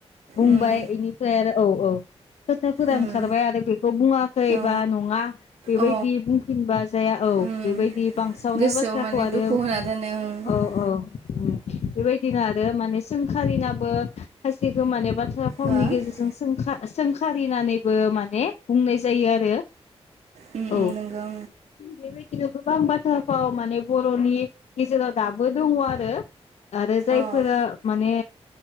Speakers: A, on the left; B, on the right.
A: बुंबाय
B: उम
A: बेनिफ्राय आरो औ औ खोथाफोरा
B: उम
A: ओंखारबाय आरो बेखौ बुङाखै
B: अ
A: बा नङा बेबायदि
B: अ
A: बुंफिनबा जाया औ
B: उम
A: बेबायदि बांसावनाय
B: गोसोआव
A: बाथ्राखौ
B: माने
A: आरो
B: दुखु होना दोनो ओं
A: औ औ उम बेबायदिनो आरो माने सोंखारिनाबो खायसेखो माने बाथ्रा फावनि
B: हो अ
A: गेजेरजों खा सोंखारिनानैबो माने बुंनाय जायो आरो
B: उम
A: औ
B: नंगौ
A: बेबाय दि गोबां बाथ्रा फाव माने बर'नि गेजेराव दाबो दङ' आरो आरो जायफोरा
B: ओं अ
A: माने